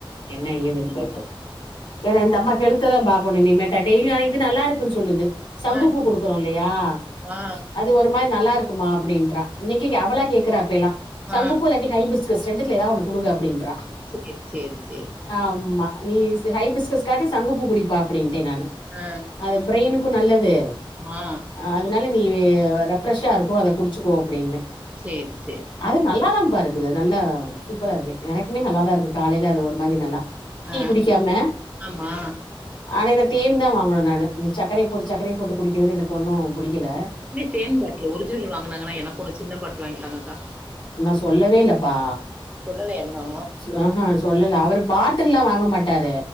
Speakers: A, on the left (about 60°); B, on the right (about 15°).
A: என்ன ஏன் இ போட்டு ஏன்னா இந்த அம்மா ஹெல் ஹெல்த்ததா பாக்கணு இனிமே ட டெய்லி அலையுது நல்லாருக்குதுன்னு சொல்லுது சங்குப்பூ
B: ஆ ஆ
A: குடுக்குறோ இல்லையா
B: ஆ
A: அது ஒரு மாரி நல்லா இருக்கு இருக்குமா அப்டின்றா இன்னைக்கு அவளா கேக்குற இப்பல்லா சங்குப்பூல
B: ஆ
A: ஹைபிஸ்கஸ் ரெண்டுத்துல ஏதா ஒன்னு குடுங்க அப்டின்றா
B: சேரி சேரி சேரி
A: ஆமா நீ ஹைபிஸ்க்கான்டி சங்குப்பூ குடிப்ப அப்டின்ட்டே நானு
B: அ
A: அது பிரெயினக்கு நல்லது
B: மா
A: அதனால நீ ரெஃப்ரெஷ்ஷா இருக்கோ அத குடிச்சுக்கோ அப்டின்னே
B: சேரி சேரி
A: அது நல்லாதாப்பா இருக்குது நல்லா சூப்பரா இருக்கு எனக்குமே நல்லாதா இருக்கு காலையில அது ஒரு மாரி நல்லா டீ
B: ஆ
A: குடிக்காம
B: ஆமா
A: ஆனா என்ன தேன் தா வாங்கணு நானு இந்த சக்கரய போட்டு சக்கரய போட்டு குடிக்கிறது எனக்கு ஒண்ணு புடிக்கல
B: அண்ணி தேன் பாட்லு ஒரிஜினல் வாங்குனாங்கன்னா எனக்கு ஒரு சின்ன பாட்டில் வாங்கிதாங்கக்கா
A: நா சொல்லவே இல்லப்பா
B: சொல்லல இன்னு
A: அ ஹு சொல்லல அவரு பாட்டில்ல்லா வாங்க மாட்டாரு